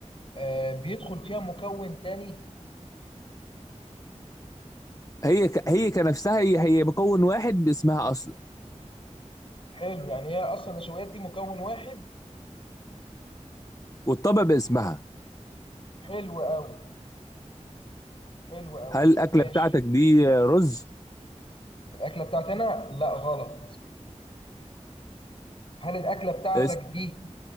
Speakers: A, on the left; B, on the left.
A: آه، بيدخل فيها مكون تاني
B: هي ك... هي كنفسها هي هي مكون واحد باسمها اصلا
A: حلو يعني هي أصلا النشويات دي مكون واحد
B: والطبق باسمها
A: حلو أوي حلو أوي
B: هل الاكله
A: ماشي
B: بتاعتك دي رز
A: الأكلة بتاعتنا لا غلط هل الأكلة بتاعتك
B: اس-
A: دي